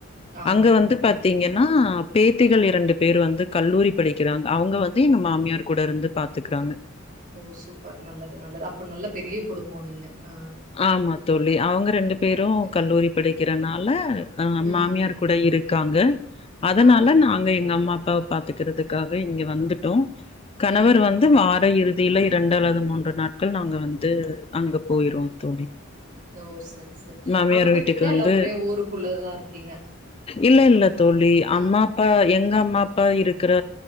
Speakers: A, on the right; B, on the left.
A: ஆ
B: அங்க
A: நல்லதுப்பா
B: வந்து பாத்தீங்கன்னா பேத்திகள் இரண்டு பேர் வந்து கல்லூரி படிக்கிறாங்க அவங்க வந்து எங்க மாமியார் கூட இருந்து பாத்துக்கிறாங்க
A: ஓ சூப்பர் நல்லது நல்லது அப்ப நல்ல பெரிய குடும்ப நீங்க ஆ
B: ஆமா தோழி அவங்க ரெண்டு பேரு
A: ஓகே ஓகே
B: கல்லூரி படிக்கிறனால அ
A: ம்
B: மாமியார்க் கூட இருக்காங்க அதனால
A: ஆ ஆ ஆ
B: நாங்க எங்க அம்மா அப்பா பாத்துக்கிறதுக்காக இங்க வந்துட்டோ கணவர்
A: ம் ம்
B: வந்து வார இறு தில இரண்டு அல்லது மூன்று நாட்கள் நாங்க வந்து அங்க போயிருவோ தோழி
A: ஓ சரி சரி
B: மாமியார்
A: அங்க போய்டுவீங்ளா
B: வீட்டுக்கு வந்து
A: எல்லா ஒரே ஊருக்குள்ளதா இருக்கீங்க
B: இல்ல இல்ல தோழி அம்மா
A: ஆ
B: அப்ப
A: ஆ
B: எங்க அம்மா அப்பா இருக்கிற